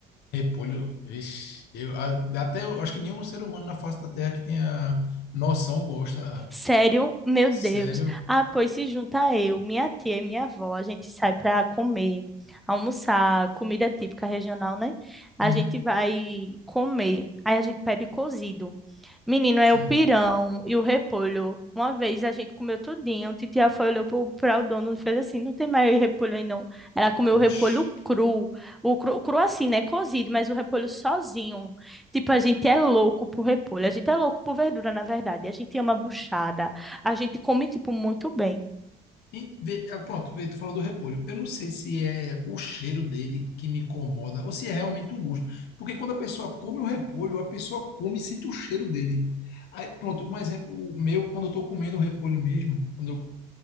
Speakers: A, on the left (about 75°); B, in the centre.
A: repolho, vixe, eu, a- até eu acho que nenhum ser humano na face da Terra que tenha noção gosta, Ávila.
B: Sério? Meu
A: Sério?
B: Deus. Ah, pois se junta eu, minha tia e minha avó, a gente sai para comer, almoçar, comida típica regional, né? A
A: Uhum,
B: gente vai comer. Aí a gente pede cozido. Menino, é
A: sim.
B: o pirão e o repolho. Uma vez a gente comeu tudinho, titia foi, olhou para o dono e fez assim, não tem mais repolho aí não. Ela comeu
A: Oxe.
B: o repolho cru, o cru, cru assim, né? Cozido, mas o repolho sozinho. Tipo, a gente é louco por repolho, a gente é louco por verdura, na verdade. A gente ama buchada, a gente come, tipo, muito bem.
A: E vê- ah, pronto, vê, tu falou do repolho. Eu não sei se é o cheiro dele que me incomoda ou se é realmente o gosto. Porque quando a pessoa come o repolho, a pessoa come e sente o cheiro dele. Aí, pronto, um exemplo meu, quando eu tô comendo o repolho mesmo, quando eu,